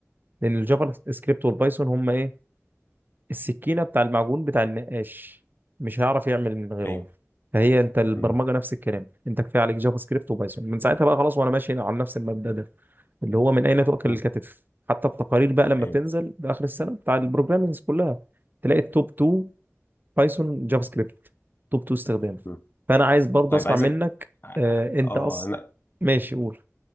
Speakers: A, on the right; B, on the left.
A: لان الجافا سكريبت والبايثون هم ايه السكينه بتاع المعجون بتاع النقاش مش هيعرف يعمل من غيرهم
B: أيوه
A: فهي انت البرمجه
B: مم.
A: نفس الكلام انت كفايه عليك جافا سكريبت وبايثون من ساعتها بقى خلاص وانا ماشي على نفس المبدا ده اللي هو من اين تؤكل
B: مم.
A: الكتف حتى التقارير بقى لما
B: أيوه
A: بتنزل باخر السنه بتاع البروجرامينج كلها تلاقي التوب 2 بايثون جافا سكريبت توب 2 استخدام
B: مم.
A: فانا عايز برضه
B: طيب
A: اسمع
B: عايزك
A: منك آه انت
B: آه
A: اصلا
B: أنا
A: ماشي قول